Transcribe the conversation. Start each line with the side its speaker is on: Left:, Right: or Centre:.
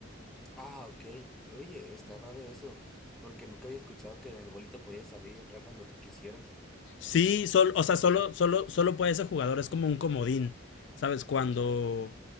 Centre: Ah, ok. Oye, está raro eso, porque nunca había escuchado que en el bolito podías salir y entrar cuando tú quisieras.
Left: Sí, sol- o sea, solo, solo, solo puede ese jugador, es como un comodín. ¿Sabes? Cuando